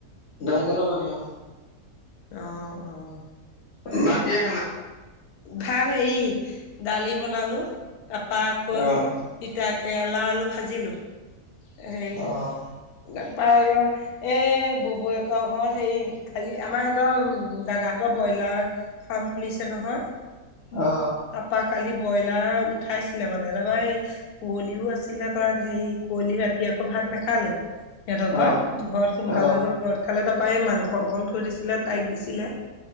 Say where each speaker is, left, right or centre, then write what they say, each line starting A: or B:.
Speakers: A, on the left (about 60°); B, on the left (about 80°).
A: দম কলৰ পানী অ
B: অহ অ
A: ভাত কিহে খালা
B: ভাত হেৰী দালি বনালো তাপা আকৌ
A: আহ
B: তিতা কেৰেলা আলু ভাজিলো হেই
A: আহ
B: পাৰ এই ববৌৱেকক হেৰী খালি আমাৰ সেত দাদাহঁতৰ ব্ৰইলাৰ ফাৰ্ম খুলিছে নহয়
A: অহ
B: তাৰপা কালি ব্ৰইলাৰ উঠাইছিলে মানে ৰাবা এই কুঁৱলীও আছিলে তাৰ সেই কুঁৱলী ৰাতি ভাত নেখালাই সিহঁতৰ ঘৰ
A: আহ
B: ঘৰত সোনকালে
A: আহ
B: হল ঘৰত খালে তাৰপৰা এই মাংস অকণ থৈ দিছিলে তাইক দিছিলে